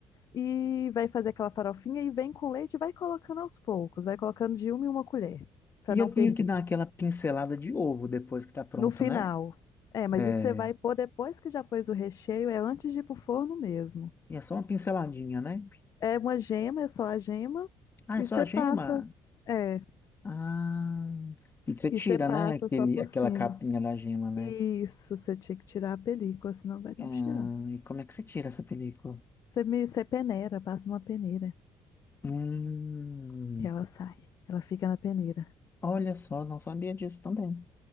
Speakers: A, on the left; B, on the left.
A: e vai fazer aquela farofinha e vem com leite e vai colocando aos poucos, vai colocando de uma em uma colher, pra
B: E
A: não
B: eu tenho
A: perder.
B: que dar aquela pincelada de ovo depois que tá pronto,
A: No final.
B: né?
A: É, mas
B: É,
A: isso você vai pôr depois que já pôs o recheio, é antes de ir pro forno mesmo.
B: e é só uma pinceladinha, né?
A: É uma gema, é só a gema.
B: Ah,
A: E
B: é só
A: você
B: a gema?
A: passa. É,
B: Ah, e que você
A: e
B: tira,
A: você passa
B: né? Aquele,
A: só por
B: aquela
A: cima.
B: capinha da gema, né?
A: Isso, você tinha que tirar a película, senão vai dar
B: Ah,
A: um cheirão.
B: e como é que você tira essa película?
A: Você me, você peneira, passa numa peneira,
B: Hum,
A: que ela sai. Ela fica na peneira.
B: olha só, não sabia disso também.